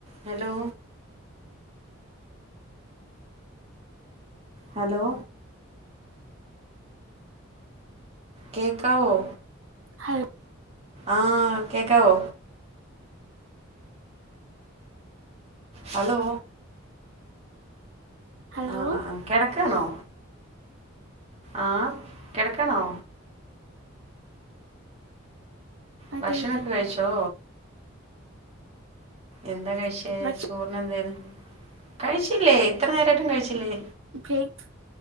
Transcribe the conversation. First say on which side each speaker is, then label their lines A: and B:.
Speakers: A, on the right; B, on the right.
A: Hello? Hello. കേക്കാവോ?
B: ഹൽ
A: ആഹ് കേക്കാവോ? ഹലോ?
B: ഹലോ
A: ആഹ് ആഹ് ആഹ് കെടക്കാണോ ആഹ് കെടക്കാണോ?
B: അതെ
A: ഭക്ഷണൊക്കെ
B: അതെ
A: കഴിച്ചോ? എന്താ കഴിച്ചേ
B: ഭക്ഷ
A: ചോർണെന്തേന് കഴിച്ചില്ലേ ഇത്ര നേരായിട്ടും കഴിച്ചില്ലേ?
B: ബ്രേക്ക്